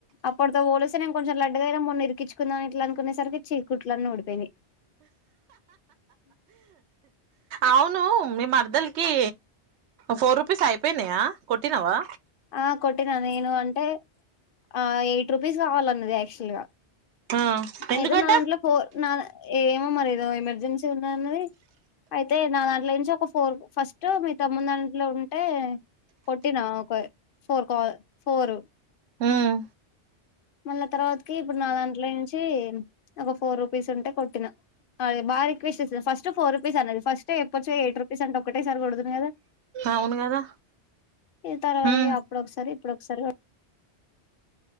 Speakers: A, on the left; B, on the right.
A: అప్పటితో పోలిసి నేను కొంచెం లడ్డగా అయి మొన్న ఇరికిుందాను ఇట్లా అనుకునేసరికి చీకుట్లన్న ఓడిపోయి
B: అవును మీ మరదలకి ఫోర్ రూపీస్ అయిపోయినాయా కొట్టినావా
A: ఆ కొట్టన నేను అంటే ఆ ఎయిట్ రుపీస్ కావాలన్నది యాక్చువల్ గా
B: ఆ ఎందుకంట
A: అయితే నా దాంట్లో పో ఏమో మరి ఏదో ఎమర్జెన్సీ ఉందన్నది అయితే నా దాంట్లో నుంచి ఒక ఫోర్ ఫస్ట్ మీ తమ్ము దాంట్లో ఉంటే కొట్టిన ఒక ఫోర్ ఫోరు
B: ఉమ్
A: మళ్ళా తర్వాతకి ఇప్పుడు నాలుంటల నుంచి ఒక ఫోర్ రూపీస్ ఉంటే కొట్టిన అది బా రిక్వస్ట్స్తాంది ఫస్ట్ ఫోర్ రుపీస్ అన్నది ఫస్ట్ప్పొచ్చ ఎయి రుపీస్ అంట ఒకటేసారి కొడుదును కదా
B: అవును కదా
A: ఇది తర్వాత
B: ఉమ్
A: అప్పుడ ఒకసారి ఇప్పుడు ఒకసారి